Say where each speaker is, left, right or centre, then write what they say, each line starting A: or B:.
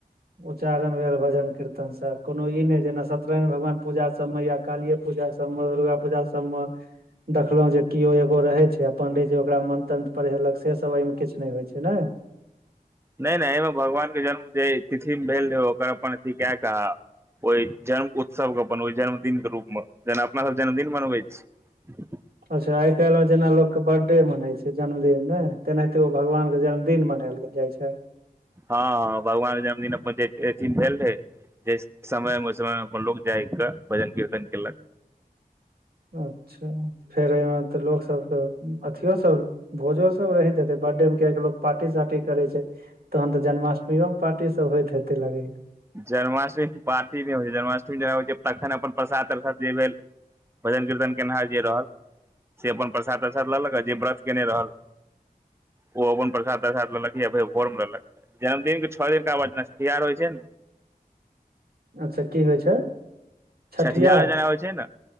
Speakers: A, on the right; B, on the right.
A: उच्चारण भेल भजन कीर्तन स कोनो ई नय जेना सत्य नारायण भगवान पूजा सबमे या कालिए पूजा सभम दुर्गा पूजा सभम देखलो जे केओ एगो रहे छै पंडितजी ओकरा मंत्र तंत्र पढ़ेलक से स ब एहिमे किछ नइ होइ छै ने
B: नय नय एइमे भगवानके जन्म जे तिथिमे भेल रहै ओकर अपन अथी कए कऽ ओइ जन्म उत्सवक अपन ओइ जन्मदिनक के रूपमे जेना अपना सब जन्मदिन मनबै छी
A: अच्छा आइ काल्हि मे जेना लोकके बर्थडे मनै छै जन्मदिन ने तेनाहिते ओ भगवान जन्मदिन मनायल गे जाइ छै
B: हँ भगवान जन्मदिन <unintelligible> ऐथी म भेल रहे जे स समय मे उ समय मे अपन लोग जाइग क भजन कीर्तन केलक
A: अच्छा फेर एहिमे तऽ लोकसभके अथियो सब भोजो सब रहेत हैते बर्थडे में कियाकी लोग पार्टी सार्टी करै छै तहन तऽ जन्माष्टमीओ म पार्टी सब होइत हेते लगैया
B: जन्माष्टमी में पार्टी नइ होइ छै जन्माष्टमी जे <unintelligible> होइ छै तखन अपन प्रसाद तरसाद जे भेल भजन कीर्तन केनहार जे रहल से अपन प्रसाद तर साद लेलक जे व्रत केने रहल ओ अपन प्रसाद तरसाद लेलक य भोरमे लल्लक जन्मदिन के छओ दिनका बाद जेना छठियार होइ छै ने
A: अच्छा की होइ छै छठियार
B: छठिहार जेना होइ छै ने